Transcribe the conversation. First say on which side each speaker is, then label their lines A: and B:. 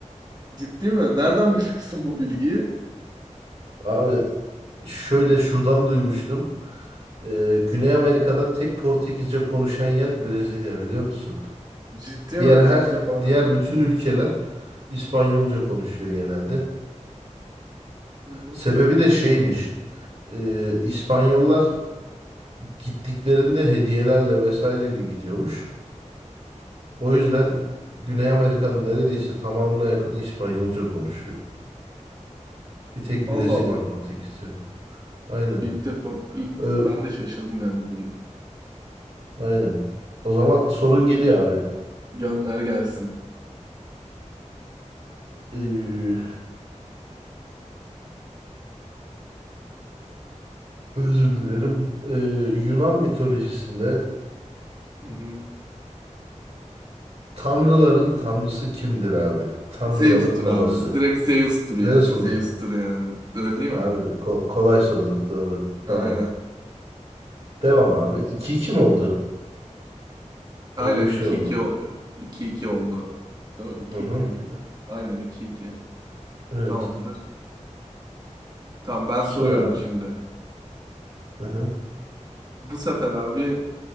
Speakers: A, on the right; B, on the right.
A: Ciddi mi? Nereden <laughs> biliyorsun bu bilgiyi?
B: Abi şöyle şuradan duymuştum. Ee, Güney Amerika'da tek Portekizce konuşan yer Brezilya biliyor musun?
A: Ciddi
B: Diğer
A: mi?
B: her
A: İlk defa
B: diğer
A: duydum. ben.
B: bütün ülkeler İspanyolca
A: Hı hı.
B: konuşuyor genelde.
A: Hı hı.
B: Sebebi de şeymiş. Ee, İspanyollar gittiklerinde hediyelerle vesaireyle gidiyormuş. O yüzden Güney Amerika'nın neredeyse tamamına yakını İspanyolca konuşuyor. Bir tek
A: Allah
B: Brezilya
A: Allah.
B: Portekizce. kon- Aynen.
A: İlk defa, ilk
B: Ö-
A: ben de şaşırdım yani bu bilgi.
B: aynen. O zaman sorun geliyor abi.
A: Gönder gelsin.
B: Ee, özür dilerim. Ee, Yunan mitolojisinde
A: Hı hı.
B: tanrıların tanrısı kimdir abi? Tanrıların
A: Zeus'tur
B: babası.
A: abi. Direkt Zeus'tur yani.
B: Zeus mu?
A: Zeus'tur yani. Öyle değil
B: Abi
A: mi?
B: ko- kolay sorduk doğru. Tamam.
A: Aynen.
B: Devam abi. 2-2 mi oldu?
A: Aynen
B: Öyle bir şey
A: iki
B: oldu.
A: iki o- iki 2 oldu. Değil mi? iki
B: Hı
A: 2
B: hı.
A: miydi? Aynen iki iki.
B: Evet.
A: Tamamdır. Tamam ben
B: Sor
A: soruyorum
B: abi.
A: şimdi.
B: Hı hı.
A: Bu sefer abi